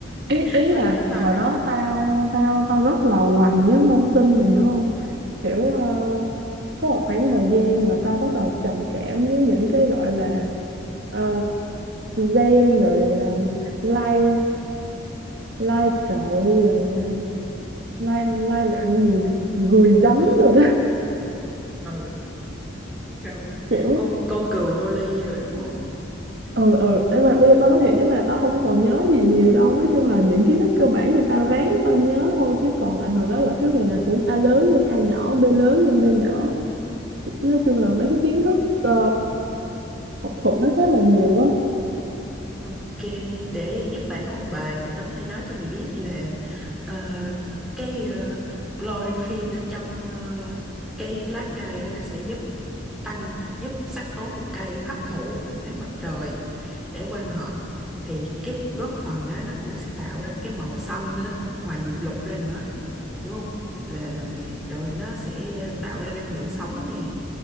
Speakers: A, on the right; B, in the centre.
A: ý
B: <laughs>
A: ý
B: vẫn
A: là
B: nhớ bài.
A: hồi đó tao tao tao rất là quằn với môn sinh mày hiểu không kiểu ờ, có một khoảng thời gian mà tao bắt đầu trầm cảm với những cái gọi là ờ, gen rồi uh, lai lai trội rồi ờ, lai lai lặng gì được gùi giấm
B: Ờ,
A: rồi đó
B: ừ, rồi.
A: <laughs> kiểu
B: Con con cừu đô ly rồi đúng không?
A: ừ ừ nhưng mà bây giờ tao nói thiệt chứ mà tao không còn nhớ gì nhiều đâu nói chung là những kiến thức cơ bản thì tao ráng tao nhớ thôi chứ còn lại hồi đó là cứ ngày nào cũng a lớn nhân a nhỏ b lớn nhân b nhỏ nói chung là mấy cái kiến thức ờ, học thuật nó khá là nhiều á
B: Ok, để giúp bạn ôn bài thì tao có thể nói cho mày biết là ờ, cái ờ, chlorphene ở trong ờ, cái lá cây á, nó sẽ giúp tăng giúp sắc tố của cây hấp thụ ánh sáng mặt trời để quang hợp thì cái góp phần đó nó cũng sẽ tạo ra cái màu xanh nữa ngoài diệp lục ra nữa hiểu không là mày rồi nó sẽ ờ, tạo ra năng lượng sống nè